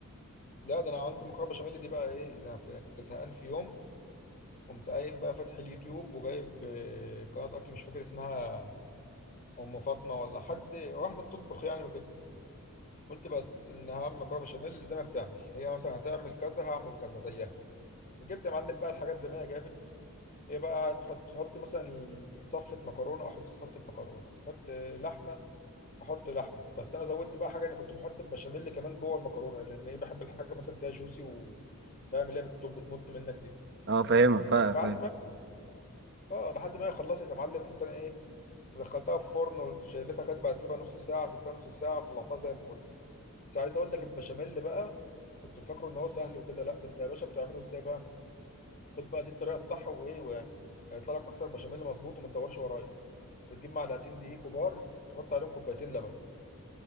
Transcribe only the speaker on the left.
ده ده انا عملت مكرونه بشاميل دي بقى ايه ده أنا في- كنت زهقان في يوم قمت قايم بقى فاتح اليوتيوب وجايب آه، قناه اكل مش فاكر اسمها ام فاطمه ولا حد واحده بتطبخ يعني وكده قلت بس ان هعمل مكرونه بشاميل زي ما بتعمل هي مثلا هتعمل كذا هعمل كذا زيها جبت يا معلم بقى الحاجات زي ما هي جابت هي بقى تحط تحط مثلا صفه مكرونه احط صفه مكرونه تحط لحمه احط لحمه بس انا زودت بقى حاجه اني كنت بحط البشاميل كمان جوه المكرونه لان ايه بحب الحاجه مثلا فيها جوسي و فاهم اللي هي بت- بتمط منك دي
وفي
عد ما اه لحد ما هي خلصت يا معلم قمت انا ايه دخلتها في الفرن وشيلتها كانت بقى تسيبها نص ساعه سبتها نص ساعه طلعتها زي الفل بس عايز اقول لك البشاميل بقى كنت فاكره ان هو سهل وكده لا ده انت يا باشا بتعمله ازاي بقى خد بقى دي الطريقه الصح وايه و- هيطلع لك اكتر بشاميل مظبوط وما تدورش ورايا تجيب معلقتين دقيق كبار تحط عليهم كوبايتين لبن